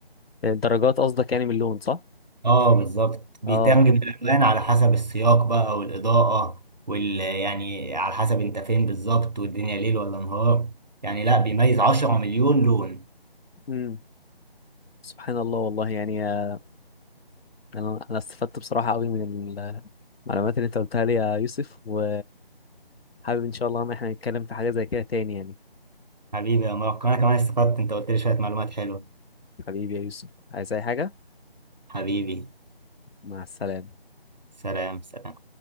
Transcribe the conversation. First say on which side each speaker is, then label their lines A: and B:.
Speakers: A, on the left; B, on the right.
A: الدرجات قصدك يعني من اللون صح؟
B: اه بالظبط بيترجم
A: اه
B: الالوان على حسب السياق بقى والاضاءه وال يعني على حسب انت فين بالظبط والدنيا ليل ولا نهار يعني لا بيميز 10 مليون لون
A: امم سبحان الله والله يعني آه، انا انا استفدت بصراحة قوي من ال- المعلومات اللي انت قلتها لي يا يوسف و حابب ان شاء الله ان احنا نتكلم في حاجة زي كده تاني يعني
B: حبيبي يا مارك انا كمان استفدت انت قلت لي شويه معلومات حلوه
A: حبيبي يا يوسف عايز اي حاجة
B: حبيبي
A: مع السلامة
B: سلام سلام